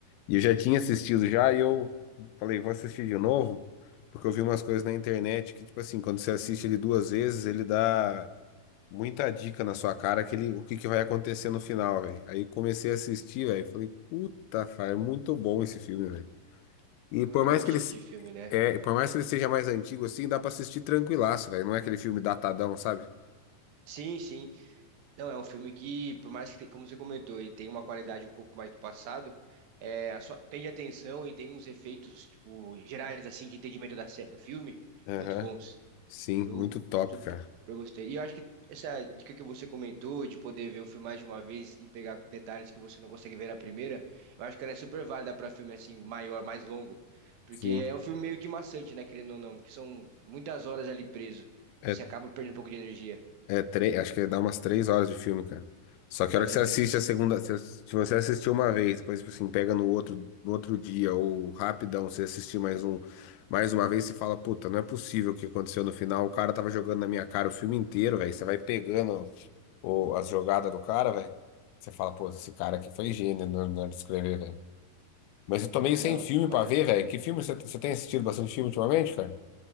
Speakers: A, on the left; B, on the right.
A: E eu já tinha assistido já, e eu falei, vou assistir de novo, porque eu vi umas coisas na internet que, tipo assim, quando você assiste ele duas vezes, ele dá. muita dica na sua cara que ele, o que que vai acontecer no final, velho. Aí comecei a assistir, velho, falei, puta, cara, é muito bom esse filme, velho. E
B: É muito
A: por mais
B: bom esse
A: que ele,
B: tipo
A: se-
B: de filme, né?
A: é, por mais que ele seja mais antigo assim, dá pra assistir tranquilaço, velho. Não é aquele filme datadão, sabe?
B: Sim, sim. Não, é um filme que, por mais que, te- como você comentou, ele tem uma qualidade um pouco mais do passado, é, a sua- prende atenção e tem uns efeitos, tipo, gerais, assim, de entendimento da, sé- do filme,
A: Aham.
B: muito bons.
A: Sim,
B: Eu
A: muito top,
B: super
A: cara.
B: gostei. E eu acho que essa dica que você comentou de poder ver o filme mais de uma vez e pegar detalhes que você não consegue ver na primeira, eu acho que ela é super válida para filme assim maior, mais longo, porque
A: Sim.
B: é um filme meio que maçante, né, querendo ou não, porque são muitas horas ali preso. Então
A: É
B: você acaba perdendo um pouco de energia,
A: É, tre- acho que dá umas três horas de filme, cara. Só que
B: mais
A: a hora que
B: ou
A: você
B: menos.
A: assiste a segunda, se se você assistiu uma vez, depois, tipo assim, pega no outro, no outro dia, ou rapidão, você assistir mais um, mais uma vez, você fala, puta, não é possível o que aconteceu no final, o cara tava jogando na minha cara o filme inteiro, velho. Você vai pegando o, as jogadas do cara, velho. Você fala, pô, esse cara aqui foi gênio na na hora de escrever, velho. Mas eu tô
B: Sim,
A: meio sem
B: não,
A: filme
B: é um baita
A: pra ver,
B: filme.
A: velho. Que filme você você tem assistido bastante filme ultimamente, cara?